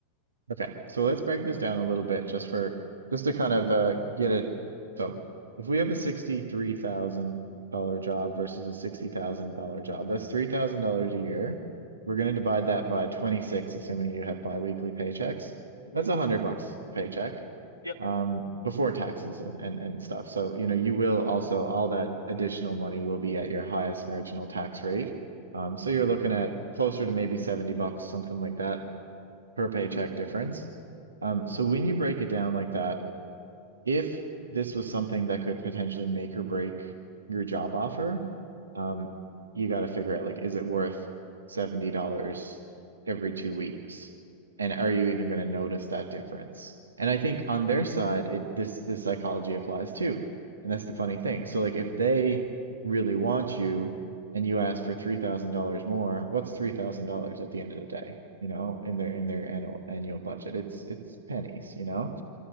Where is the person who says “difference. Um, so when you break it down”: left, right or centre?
Right